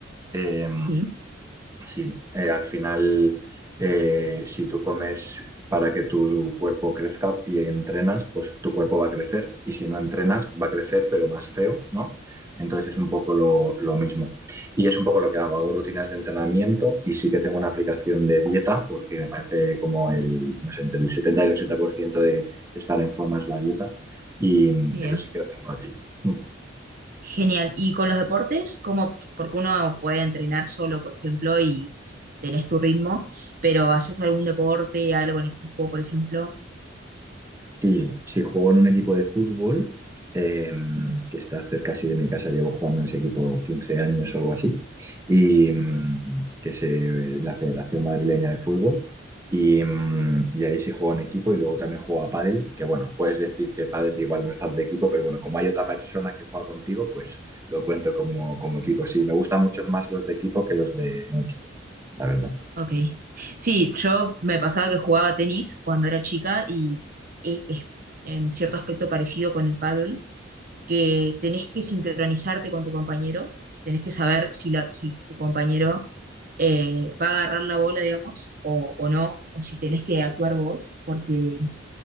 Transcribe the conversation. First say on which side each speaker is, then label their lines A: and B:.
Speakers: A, on the right; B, on the right.
A: Eh,
B: Sí.
A: Sí, eh, al final, eh, si tú comes para que tu cuerpo crezca y entrenas, pues tu cuerpo va a crecer. Y si no entrenas, va a crecer, pero más feo, ¿no? Entonces es un poco lo, lo mismo. Y es un poco lo que hago. Hago rutinas de entrenamiento y sí que tengo una aplicación de dieta, porque me parece como el, no sé, entre el 70 y el 80% de estar en forma es la dieta. Y
B: Bien,
A: eso sí que lo tengo allí. Mm.
B: genial. ¿Y con los deportes? ¿Cómo? Porque uno puede entrenar solo, por ejemplo, y y tenés tu ritmo, pero ¿haces algún deporte, algo en equipo, por ejemplo?
A: Sí, sí, juego en un equipo de fútbol em,
B: Ujú,
A: que está cerca así de mi casa. Llevo jugando en ese equipo 15 años o algo así. Y mm,
B: Ok.
A: que es eh, la Federación Madrileña de Fútbol. Y, mm, y ahí sí juego en equipo. Y luego también juego a pádel, que bueno, puedes decir que pádel igual no es tan de equipo, pero bueno, como hay otra persona que juega contigo, pues lo cuento como, como equipo. Sí, me gustan mucho más los de equipo que los de no equipo, la verdad.
B: Ok. Sí, yo me pasaba que jugaba tenis cuando era chica y e- es en cierto aspecto parecido con el pádel, que tenés que sincronizarte con tu compañero, tenés que saber si, la, si tu compañero eh, va a agarrar la bola, digamos, o, o no, o si tenés que actuar vos, porque